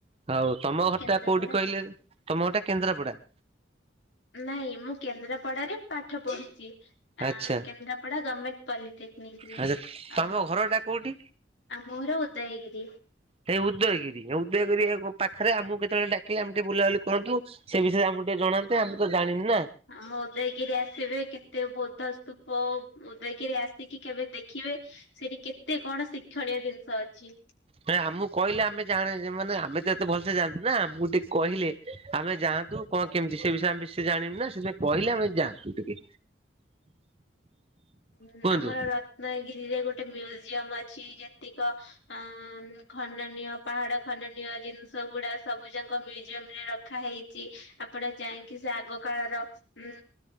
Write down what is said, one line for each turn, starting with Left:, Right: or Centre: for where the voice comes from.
Right: ହଉ ତମ ଘରଟା
Left: କେନ୍ଦ୍ରାପଡ଼ା?
Right: କୋଉଠି କହିଲେ? ତମ ଘରଟା କେନ୍ଦ୍ରାପଡା।
Left: ନାଇଁ ମୁଁ କେନ୍ଦ୍ରାପଡାରେ ପାଠ ପଢୁଛି। ଆଁ
Right: ଆଚ୍ଛା
Left: କେନ୍ଦ୍ରାପଡା ଗର୍ମେଣ୍ଟ ପଲିଟେକ୍ନିକରେ
Right: ଆଚ୍ଛା ତମ
Left: ଆଉ।
Right: ଘରଟା କୋଉଠି?
Left: ଆମ ଘର ଉଦୟଗିରି।
Right: ସେଇ ଉଦୟଗିରି। ଉଦୟଗିରି ପାଖରେ ଆମକୁ କେତେବେଳେ ଡାକିଲେ ଆମେ ଟିକେ ବୁଲାବୁଲି କରନ୍ତୁ। ସେ ବିଷୟରେ ଆମକୁ ଟିକେ ଜଣାନ୍ତେ ଆମେ ତ ଜାଣିନୁ ନା।
Left: ହ ଉଦୟଗିରି ଆସିବେ କେତେ ବୋଧସ୍ତୂପ ଉଦୟଗିରି ଆସିକି କେବେ ଦେଖିବେ। ସେଠି କେତେ କଣ ଶିକ୍ଷଣୀୟ ଜିନିଷ ଅଛି।
Right: ନାଇଁ ଆମକୁ କଇଲେ ଆମେ ଜାଣେ ମାନେ ଆମେ ତ ଏତେ ଭଲସେ ଜାଣନୁନା ଆମୁକୁ ଟିକେ କହିଲେ ଆମେ ଯାଆନ୍ତୁ କଣ କେମିତି ସେ ବିଷୟ ଆମେ ବେଶୀ ଜଣିନୁନା ସେଥିପାଇଁ କଇଲେ ଆମେ ଯାଆନ୍ତୁ ଟିକେ।
Left: ହୁଁ
Right: କୁହନ୍ତୁ
Left: ଆମର ର ନାଇ ଗିରିରେ ଗୋଟେ ମ୍ୟୁଜିୟମ ଅଛି। ଯେତିକ ଅ ଖନନୀୟ ପାହାଡ ଖନନୀୟ ଜିନିଷ ସବଗୁଡା ସବୁ ଯାକ ମ୍ୟୁଜିୟମ ରେ ରଖା ହେଇ ଆପଣ ଯାଇକି ସେ ଆଗ କାଳର ଉଁ